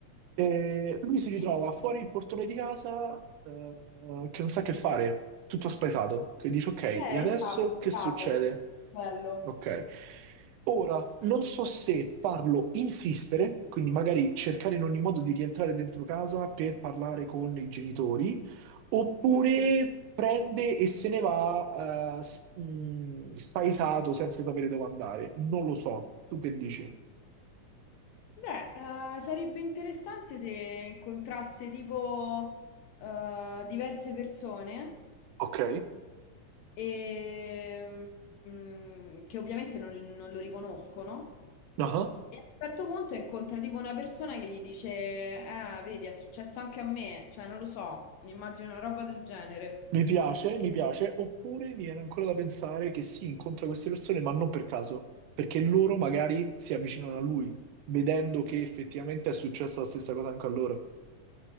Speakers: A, on the right; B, on the left.
A: E lui si
B: sì.
A: ritrova fuori il portone di casa, eh, che non sa che fare, tutto spaesato, che dice: Ok,
B: Eh,
A: e adesso
B: esatto,
A: che
B: bravo.
A: succede?
B: Bello.
A: Ok. Ora, non so se farlo insistere, quindi magari cercare in ogni modo di rientrare dentro casa per parlare con i genitori, oppure
B: Mm.
A: prende e se ne va, eh, s- mh, spaesato senza sapere dove andare. Non lo so. Tu che dici?
B: Beh, eh, sarebbe interessante se incontrasse tipo eh, diverse persone
A: Ok.
B: e, mm, che ovviamente non, non lo riconoscono.
A: Ah.
B: E a un certo punto incontra tipo una persona che gli dice: Ah, vedi, è successo anche a me. Cioè, non lo so, mi immagino una roba del genere.
A: Mi piace, mi piace, oppure mi viene ancora da pensare che si incontra queste persone, ma non per caso, perché loro magari si avvicinano a lui, vedendo che effettivamente è successa la stessa cosa anche a loro.